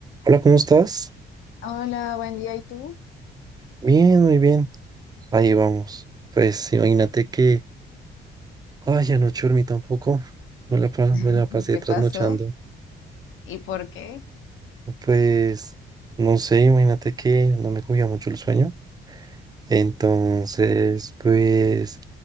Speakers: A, on the right; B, on the left.
A: Hola, ¿cómo estás?
B: Hola, buen día. ¿Y tú?
A: Bien, muy bien. Ahí vamos. Pues imagínate que, ay, anoche dormí tampoco. Me la, pa- me
B: <laughs>
A: la pasé
B: ¿Qué
A: trasnochando.
B: pasó? ¿Y por qué?
A: Pues, no sé, imagínate que no me cogía mucho el sueño. Entonces, pues,